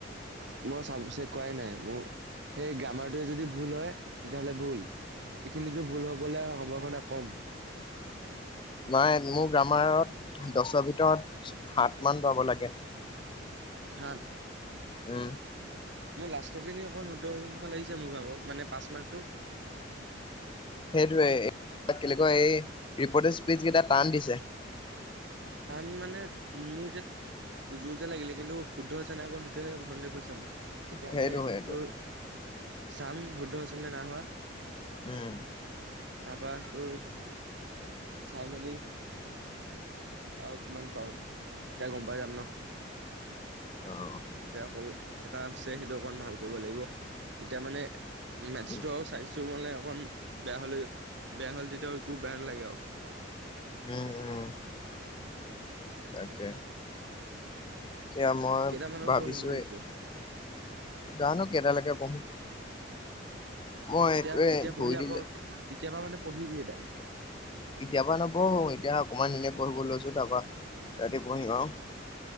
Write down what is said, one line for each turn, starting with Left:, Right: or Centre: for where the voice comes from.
Right: মই চাব চ কোৱাই নাই মোৰ সেই গ্ৰামাৰটোৱে যদি ভুল হয় তেতিয়াহলে ভুল এইখিনিতো ভুল হবলৈ সম্ভাৱনা কম
Left: নাই মোৰ গ্ৰামাৰত দছৰ ভিতৰত সাত মান পাব লাগে।
Right: সাত
Left: উম
Right: মোৰ লাষ্টৰ খিনি অকণ সোতৰ হমান লাগিছে মোক আকৌ মানে পাচ মাৰ্কটো
Left: সেইটোৱে কেনেকুৱা এই ৰিপ'ৰ্টে স্পীচকেইটা টান দিছে
Right: তান মানে মোৰ যে উজোৰ যে লাগিলে কিন্তু শুদ্ধ হৈছে নাই বাৰু সেইটোহে সন্দেহ হৈছে মোৰ।
Left: সেইটো
Right: এতিয়া মানে
Left: সেইটো
Right: তোৰ চাম শুদ্ধ আছিল নে নাই হোৱা
Left: উম
Right: তাৰপা তোৰ চাই মেলি আহ কিমান পাও যাই গম পাই যাম ন।
Left: অ
Right: এতিয়া অকল এটা আছে সেইটো অকণ ভাল কৰিব লাগিব তেতিয়া মানে মেথছটো
Left: উম
Right: সাইন্ছ মানে অকণ বেয়া হলে বেয়া হ'ল তেতিয়া একু বেয়া নালাগে আৰু
Left: উম-উম তাকে এতিয়া মই
Right: কেইটামানৰ
Left: ভাবিছোঁ
Right: পৰা পঢ়িম বুলি ভাবিছ
Left: জানো কেইটালৈকে পঢ়ো। মই এইটোৱে
Right: এতিয়া-এতিয়া
Left: ঘূৰি
Right: পঢ়ি
Left: দিলে
Right: আকৌ এতিয়া পৰা মানে পঢ়িবি তই।
Left: এতিয়াৰ পৰা নপঢ়ো এতিয়া অকমান এনে পঢ়িব লৈছোঁ তাৰপা ৰাতি পঢ়িম আৰু।